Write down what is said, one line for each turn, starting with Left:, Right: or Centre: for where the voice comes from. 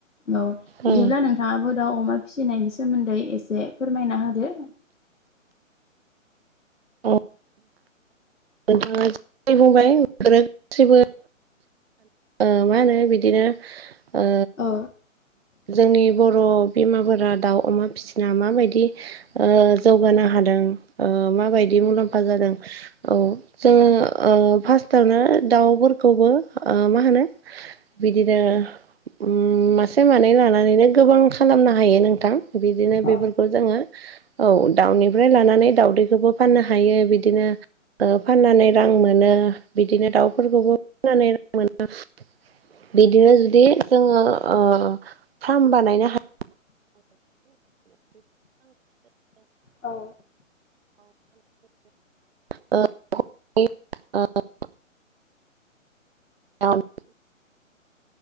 Left: औ
Right: औ
Left: बिदिब्ला नों थाङाबो दाव अमा फिसिनायनि सोमोन्दै एसे फोरमायना होदो।
Right: औ नोंथाङा जे बुंबाय गासिबो ओ मा होनो बिदिनो ओ
Left: औ
Right: जोंनि बर' बिमाफोरा दाउ अमा फिसि ना माबायदि ओ जौगानो हादों ओ माबायदि मुलाम्फा जादों? औ जोङो फार्स्टआवनो दाउफोरखौबो ओ मा होनो बिदिनो उम मासे मानै लानानैनो गोबां खालामनो हायो नोंथां। बिदिनो
Left: औ
Right: बेफोरखौ जोङो औ दाउनिफ्राय लानानै दाउदैखौबो फाननो हायो बिदिनो ओ फाननानै रां मोनो बिदिनो दाउफोरखौबो फाननानै रां मोनो। बिदिनो जुदि जोङो ओ फार्म बानायनो हा
Left: औ
Right: <unintelligible> आ